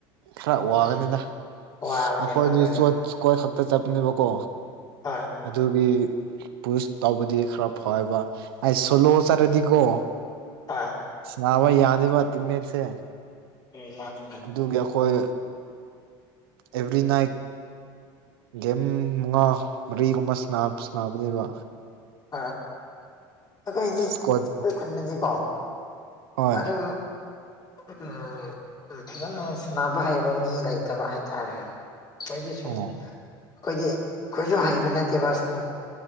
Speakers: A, on the right; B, on the left.
A: ꯈꯔ ꯋꯥꯒꯅꯤꯗ
B: ꯎꯝ ꯋꯥꯕꯅꯦꯕ
A: ꯑꯩꯈꯣꯏꯗꯤ
B: ꯑꯗꯨꯅꯦꯕ
A: ꯀꯣꯏ ꯁꯛꯇ ꯆꯞꯅꯤꯕꯣ ꯀꯣ
B: ꯍꯣꯏ
A: ꯑꯗꯨꯒꯤ ꯄꯨꯁ ꯇꯧꯕꯗꯤ ꯈꯔ ꯐꯕ ꯑꯩ ꯁꯣꯂꯣ ꯆꯥꯔꯦꯗꯤꯀꯣ
B: ꯑꯥ
A: ꯁꯕ ꯌꯥꯗ ꯋꯥ ꯇꯝꯃꯦꯔꯁꯦ
B: ꯎꯝ ꯃꯥꯅꯤ
A: ꯑꯗꯨꯒꯤ ꯑꯩꯈꯣꯏ ꯑꯦꯕ꯭ꯔꯤ ꯏꯠ ꯒꯦꯝ ꯃꯉꯥ ꯃꯔꯤꯒꯨꯝꯕ ꯁꯅꯥꯕꯅꯦꯕ
B: ꯍꯣꯏ ꯑꯩꯈꯣꯏꯗꯤ
A: ꯏꯁꯀ꯭ꯋꯥꯠ
B: ꯑꯩꯈꯣꯏ ꯈꯨꯟꯗꯗꯤꯀꯣ
A: ꯍꯣꯏ
B: ꯑꯗꯨ ꯎꯝ ꯐꯖꯅ ꯁꯅꯕ ꯍꯩꯕ ꯃꯤ ꯂꯩꯇꯕ ꯍꯥꯏꯇꯥꯔꯦ ꯀꯣꯏꯗꯤꯁꯨꯝ
A: ꯑꯣ
B: ꯑꯩꯈꯣꯏꯗꯤ ꯑꯩꯈꯣꯏꯁꯨ ꯍꯩꯕ ꯅꯠꯇꯦꯕ ꯁꯁꯨꯝ